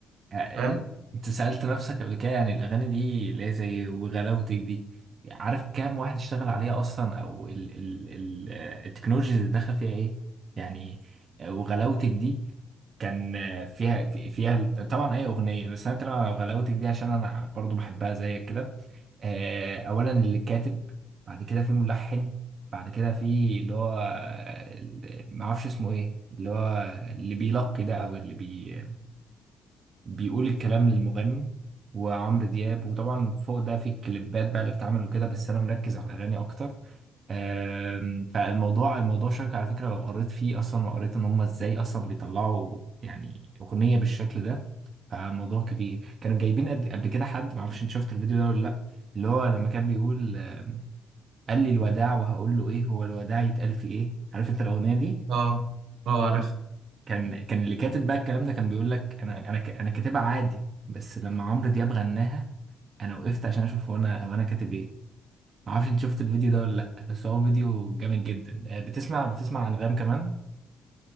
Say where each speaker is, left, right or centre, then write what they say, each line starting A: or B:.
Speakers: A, on the right; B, on the right.
A: آه،
B: فاهم
A: انت سألت نفسك قبل كده يعني الأغاني دي اللي هي زي وغلاوتك دي عارف كام واحد اشتغل عليها أصلا أو ال ال ال آه، التكنولوجيا اللي داخلة فيها إيه يعني آه، وغلاوتك دي كان آه، فيها في- فيها طبعا أي أغنية بس أنا بتكلم على وغلاوتك دي عشان أنا برضو بحبها زيك كده آه، أولا اللي كاتب بعد كده في ملحن بعد كده في اللي هو آه، ال- معرفش اسمه إيه اللي هو اللي بيلقي ده أو اللي بي بيقول الكلام للمغني وعمرو دياب وطبعا فوق ده في الكليبات بقى اللي بتتعمل وكده بس انا مركز على الاغاني اكتر آم، فالموضوع الموضوع شيق على فكره لو قريت فيه اصلا وقريت ان هم ازاي اصلا بيطلعوا يعني اغنيه بالشكل ده فالموضوع كبير كانوا جايبين قد- قبل كده حد معرفش انت شفت الفيديو ده ولا لا اللي هو لما كان بيقول آم، قال لي الوداع وهقول له ايه هو الوداع يتقال في ايه عارف انت الاغنيه دي
B: اه اه عارف
A: كان كان اللي كاتب بقى الكلام ده كان بيقول لك انا انا ك- انا كاتبها عادي بس لما عمرو دياب غناها انا وقفت عشان اشوف هو انا هو انا كاتب ايه ما اعرفش انت شفت الفيديو ده ولا لا بس هو فيديو جامد جدا آه، بتسمع بتسمع انغام كمان